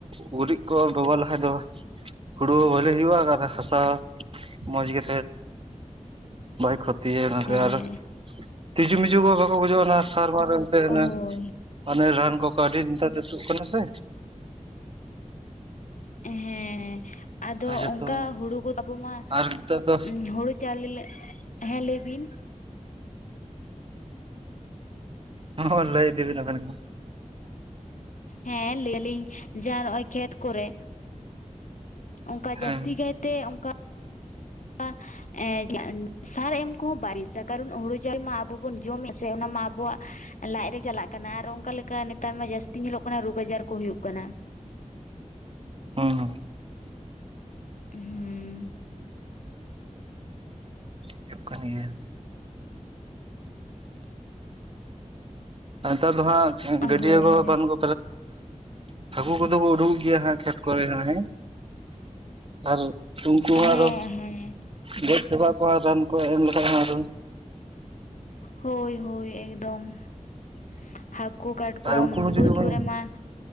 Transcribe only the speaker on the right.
ᱜᱩᱨᱤᱡ ᱠᱚ ᱵᱮᱵᱚᱦᱟᱨ ᱞᱮᱠᱷᱟᱡ ᱫᱚ ᱦᱩᱲᱩ ᱦᱚᱸ ᱵᱷᱟᱹᱞᱤ ᱦᱩᱭᱩᱜᱼᱟ ᱟᱨ ᱦᱟᱥᱟ ᱢᱚᱡᱽ ᱜᱮ ᱵᱟᱭ ᱠᱷᱚᱛ ᱛᱤᱭᱮ ᱚᱱᱟᱛᱮ
ᱟᱫᱚ
ᱛᱤᱡᱩᱢᱤᱡᱩ ᱠᱚ ᱵᱟᱠᱚ ᱜᱩᱡᱩᱜᱼᱟ ᱚᱱᱟ ᱥᱟᱨ ᱵᱟᱨ ᱮᱢᱛᱮ ᱚᱱᱮ
ᱚᱱᱮ ᱨᱟᱱ ᱠᱚᱠᱚ ᱟᱹᱰᱤ ᱱᱮᱛᱟᱨ ᱫᱚ ᱛᱩᱜ ᱠᱟᱱᱟ ᱥᱮ
ᱡᱚᱛᱚ
ᱟᱨ ᱱᱮᱛᱟᱨ ᱫᱚ
ᱦᱚ ᱦᱚ ᱞᱟᱹᱭ ᱤᱫᱤ ᱵᱤᱱ ᱟᱵᱤᱱ ᱜᱮ ᱢᱟ
ᱦᱮᱸ
ᱦᱚ ᱦᱚ
ᱦᱩᱭᱩᱜ ᱠᱟᱱ ᱜᱮᱭᱟ ᱱᱮᱛᱟᱨ ᱫᱚ ᱦᱟᱜ ᱜᱟᱹᱰᱭᱟᱹ
ᱠᱚ
ᱵᱟᱝᱠᱚ <unintelligible> ᱦᱟᱠᱳ ᱠᱚᱫᱚ ᱠᱚ ᱟᱰᱳᱝ ᱚᱜ ᱜᱮᱭᱟ ᱦᱟᱸᱜ ᱠᱷᱮᱛ ᱠᱚᱨᱮ ᱦᱟᱸᱜ ᱦᱮᱸ ᱟᱨ ᱩᱱᱠᱩ ᱦᱚᱸ
ᱟᱨᱚ
ᱜᱚᱡ ᱪᱟᱵᱟᱜ ᱟᱠᱚ ᱨᱟᱱ ᱠᱚ ᱮᱢ ᱞᱮᱠᱷᱟᱡ ᱦᱚᱸ ᱟᱨᱚ
ᱟᱨ ᱩᱱᱠᱩ ᱦᱚᱸ
ᱡᱩᱫᱤ ᱵᱚᱱ